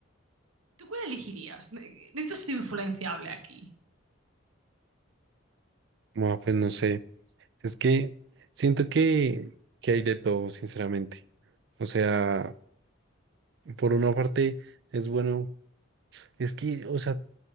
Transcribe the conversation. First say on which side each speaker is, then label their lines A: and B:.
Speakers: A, on the right (about 85°); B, on the right (about 55°).
A: ¿Tú cuál elegirías? Ne- eh, Necesito ser influenciable aquí.
B: Bueno, pues no sé. Es que siento que, que hay de todo, sinceramente. O sea, por una parte es bueno, es que, o sea,